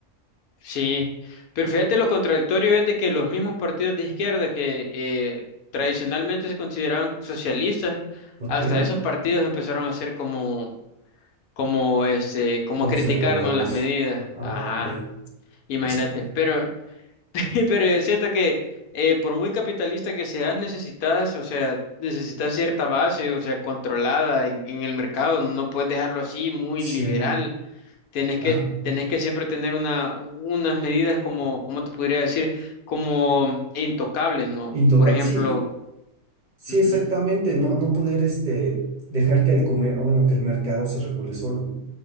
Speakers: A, on the left; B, on the right.
A: Sí, pero fíjate lo contradictorio es de que los mismos partidos de izquierda que eh, tradicionalmente se consideraban socialistas,
B: ¿Ok?
A: hasta esos partidos empezaron a hacer como, como este, como
B: Conservadores.
A: a criticarnos las medidas.
B: Ah,
A: Ajá,
B: ok.
A: imagínate.
B: Ah,
A: Pero, <laughs> pero yo siento que eh, por muy capitalista que seas, necesitas, o sea, necesitas cierta base, o sea, controlada en, en el mercado. No puedes dejarlo así muy
B: Sí.
A: liberal tenés que,
B: Ah,
A: tenés que siempre tener una, unas medidas como, ¿cómo te podría decir? Como mm, intocables, ¿no?
B: intocable.
A: Por ejemplo,
B: Sí, sí,
A: ujú,
B: exactamente. No, no poder, este, dejar que el comer, bueno, que el mercado se regule solo.